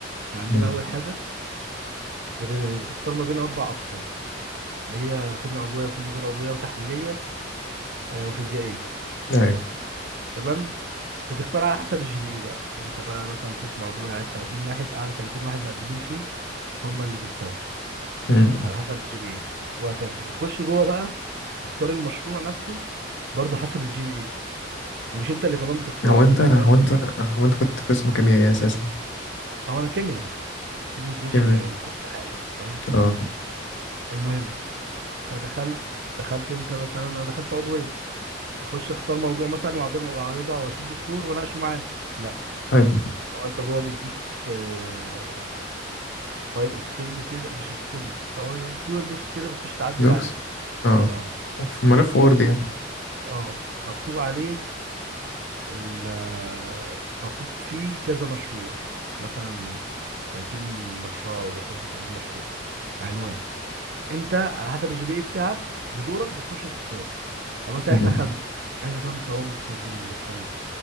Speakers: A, on the right; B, on the left.
A: احنا عندنا
B: مم.
A: اول حاجه بت- بتختار ما بين اربع اقسام اللي هي كيمياء عضويه وكيمياء غير عضويه وتحليليه آه، وفيزيائيه
B: ايوه
A: تمام بتختار على حسب الجي بي اي بقى انت بقى مثلا قسم عضويه عايز 30 واحد اعلى 30 واحد مقدمين فيه هم اللي بيتاخدوا
B: مم.
A: على حسب الجي بي اي وهكذا وتخش جوه بقى اختار المشروع نفسه برضه حسب الجي بي اي ومش انت اللي كمان بتختاره
B: هو انت
A: يعني مثلا
B: هو
A: انت
B: انت هو انت كنت قسم كيميائي اساسا
A: او انا كيمياء كيمياء سبيشال
B: كيميائي
A: يعني من كل حاجه فاهم
B: اه
A: المهم فدخلت دخلت انت مثلا انا دخلت عضويه هخش اختار موضوع مثلا واعرضه واعرضه واشوف دكتور واناقشه معاه لا
B: حلو
A: هو انت جوه بيديك آه، فايل اكسل كده مش اكسل هو جوجل دوكس كده بتخش تعدل
B: دوكس
A: عليه
B: اه
A: اه
B: في ملف وورد
A: فاهم
B: يعني
A: اه مكتوب عليه ال- مكتوب فيه كذا مشروع مثلا 30 مشروع او 35 مشروع عنوان انت على حسب الجي بي اي بتاعك بدورك بتخش تختار يعني مثلا احنا
B: مم.
A: خمسه احنا خمسه اهو مسجلين مختارين